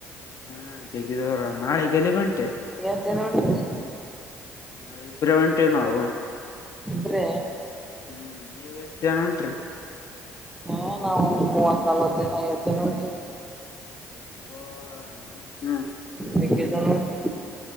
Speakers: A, on the left; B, in the centre.
A: ಹಾ ಜಗ್ಗಿದೂರಾದ ನಾಳೆಗಿ ಎಲಿಗಿ ವಂಟಿ.
B: ಏಸ್ ಜನ ವಂಟ್ರಿ.
A: ಹಾ ಇಬ್ರೆ ಒಂಟಿವಿ ನಾವು.
B: ಇಬ್ರೇ
A: ಹ್ಮ್ ನೀವ್ ಎಷ್ಟು ಜನ ವಂಟ್ರಿ.
B: ಹ ನಾವ ಒಂದು ಮೂವತ್ ನಲ್ವತ್ ಜನ ಐವತ್ತು ಜನ ವಂಟಿವಿ.
A: ಓ ಹ್ಮ್ ಹ್ಮ್
B: ಜಗ್ಗೆಜನ ವಂಟಿವಿ.